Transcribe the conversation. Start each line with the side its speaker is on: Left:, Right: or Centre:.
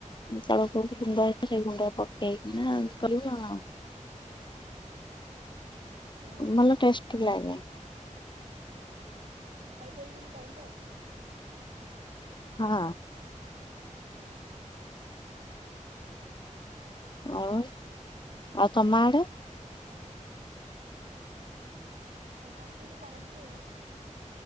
Left: ଚାଉଳ ଗୁଣ୍ଡ ହେଇଥିଲା ସେଇ ଗୁଣ୍ଡ ପକେଇକି ନାଉ କରିବ ଆଉ
Right: ଓହୋ
Left: ଭଲ ଟେଷ୍ଟଟି ଲାଗେ।
Right: ଖଳଦରି ଯେମିତି କରନ୍ତି ଆଉ
Left: ହଁ। ଆଉ ଆଉ ତମଆଡେ?
Right: ଆମ ଆଡେ ସେମିତି କରନ୍ତି ଆଉ